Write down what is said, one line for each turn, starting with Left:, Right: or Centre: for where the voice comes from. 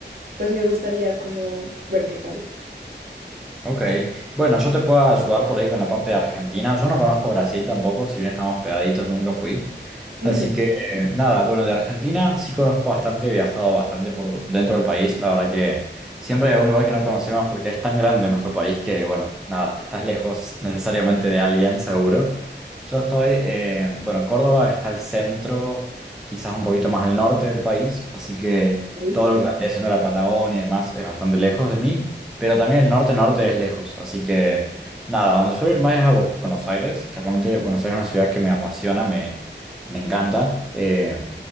Right: pues me gustaría como ver qué tal.
Centre: Ok. Bueno, yo te puedo ayudar por ahí con la parte de Argentina. Yo no conozco Brasil tampoco, si bien estamos pegaditos, nunca fui.
Right: Ujú,
Centre: Así que eh, nada, bueno, de Argentina sí conozco bastante, he viajado bastante por dentro del país. La verdad que siempre hay un lugar que no conocemos porque es tan grande nuestro país que, bueno, nada, estás lejos <laughs> necesariamente de alguien, seguro. Yo estoy, eh, bueno, Córdoba está al centro, quizás un poquito más al norte del país, así que
Right: sí.
Centre: todo lo que vendría siendo la Patagonia y demás es bastante lejos de mí, pero también el norte-norte es lejos, así que nada, donde suelo ir más es a Bu- Buenos Aires, que realmente Buenos Aires es una ciudad que me apasiona, me me encanta. Eh,